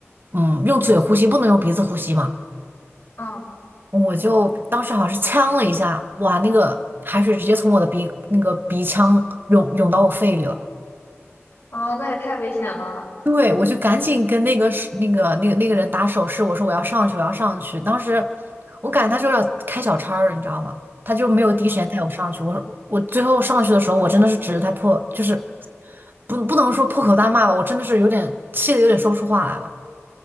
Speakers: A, on the right (about 45°); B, on the left (about 55°).
A: 嗯用嘴呼吸，不能用鼻子呼吸嘛。
B: 嗯，
A: 我就当时好像是呛了一下，哇，那个海水直接从我的鼻那个鼻腔涌涌到我肺里了。
B: 哦，那也太危险了。
A: 对，我就赶紧跟那个是那个那个那个人打手势，我说我要上去，我要上去。当时我感觉他就有点开小差儿，你知道吗？他就没有第一时间带我上去。
B: 嗯，
A: 我我最后上去的时候，我真的是指着他破，就是不不能说破口大骂吧，我真的是有点气的，有点说不出话来了。